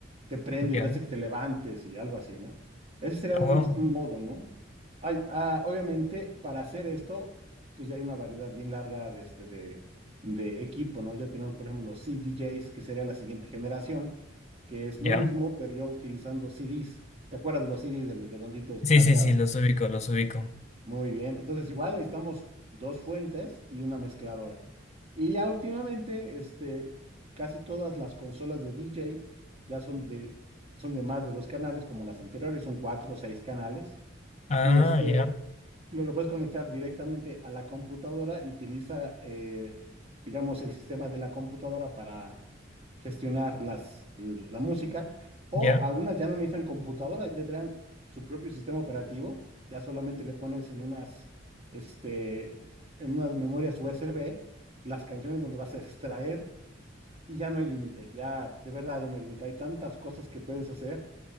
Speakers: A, on the right; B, on the left.
A: Te prende,
B: ya.
A: te hace que te levantes y algo así, ¿no? Ese sería
B: Ah,
A: un,
B: wow,
A: un modo, ¿no? Hay, ah, obviamente, para hacer esto, pues ya hay una variedad bien larga de, este, de, de equipo, ¿no? Ya tenemos, por ejemplo, los CDJs, que sería la siguiente generación, que es
B: ya.
A: lo mismo, pero yo utilizando CDs. ¿Te acuerdas de los CDs de los redonditos
B: Sí,
A: plateados?
B: sí, sí, los ubico, los ubico.
A: Muy bien, entonces igual necesitamos dos fuentes y una mezcladora. Y ya últimamente, este, casi todas las consolas de DJ ya son de, son de más de dos canales, como las anteriores, son cuatro o seis canales.
B: Ah,
A: Y este,
B: ya,
A: lo, lo puedes conectar directamente a la computadora y utiliza, eh, digamos, el sistema de la computadora para gestionar las, l- la música. O
B: ya.
A: algunas ya no necesitan computadora, ya traen su propio sistema operativo. Ya solamente le pones en unas, este, en unas memorias USB las canciones donde vas a extraer y ya no hay límite. Ya, de verdad, ya no hay límite. Hay tantas cosas que puedes hacer